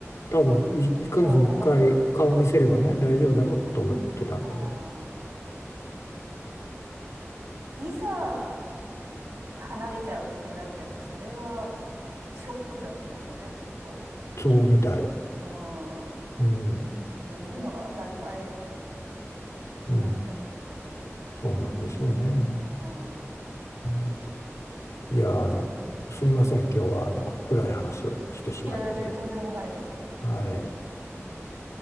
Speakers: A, on the left; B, on the right.
A: 多分い1ヶ月に1回顔を見せればね、
B: おー、
A: 大丈夫だろうと思ってたんだけど、
B: ああ。でもいざ離れちゃうってなると、やっぱそれがショックだったんでしょうね、きっと。
A: そうみたい。
B: うん。
A: うん、
B: もういるのが当たり前って感じだったんでしょうね。
A: うん、そうなんでしょうね。
B: うん。
A: うんいや、あの、すいません、今日はあの暗い話をしてしまって、
B: いや、全然とんでもないです。
A: はい、
B: うん。